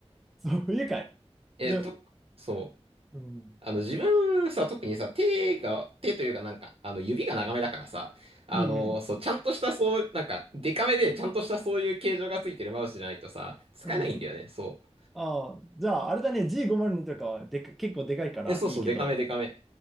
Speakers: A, in the centre; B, on the right.
A: そう、不愉快。
B: <laughs> えっと、
A: で、
B: そう。
A: うん、
B: あの自分さ、特にさ、手が、手というかなんか、あの指が長めだからさ、あの、
A: うん、
B: そう、ちゃんとしたそう、なんか、デカめでちゃんとしたそういう形状がついてるマウスじゃないとさ、使えないんだよね。
A: うん。
B: そう。
A: ああ、じゃあ、あれだね、G502 とかはでか、結構でかいからいいけど、
B: え、そうそう、デカめデカめ。